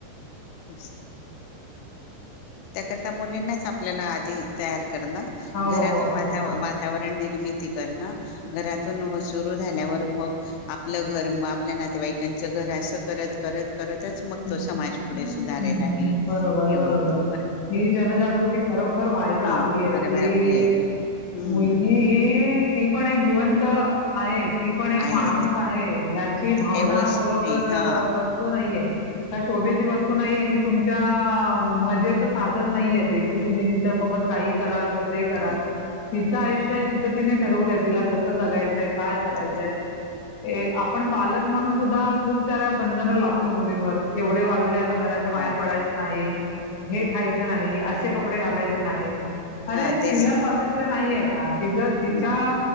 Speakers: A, on the left; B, on the left.
A: क्रैष्ण त्याकरता मुलींनाच आपल्याला आधी तयार करणं
B: हो
A: घरातून वातावरण निर्मिती करणं घरातून सुरू झाल्यावर मग आपलं घर म आपल्या नातेवाईकांचं घर असं करत करत करतच मग
B: हं,
A: तो समाज पुुढे सुधारेल आणि
B: बरोबर, बरोबर.
A: होईल तो
B: ही जनजागृती खरोखर व्हायला
A: हा
B: हवी आहे
A: बरोबर
B: की
A: आहे हम्म
B: मुलगी ही ती पण एक जिवंत आहे ती पण एक
A: आहे
B: माणूस आहे या्याची
A: ते
B: भावना
A: काही वस्तू
B: खरोखर
A: नाही हा
B: वस्तू नाहीये काय शोभेची वस्तू नाही आहेे की तुमच्या मजेचं साधन नाहीये ते की तुम्ही तिच्यासोबत काही कराल कस कसंही कराल
A: परत
B: तिचं आयुष्य आहे तिचं तिने ठरवू द्या, तिला कसं जगायचं आहे, काय करायचं
A: जगाय
B: आहे. हे आपण पालक म्हणून सुद्धा खूप साऱ्या बंधन
A: मग
B: लादतो मुलींवर एवढे वाजले आता घराच्या बाहेर
A: वाढला
B: पडायच नाही हे खायचं नाही, असे कपडे घालायचे नाही, अरे
A: हा तेच
B: तिला स्वा
A: ना
B: तंत्र नाहीये का? तिज तिच्या
A: मग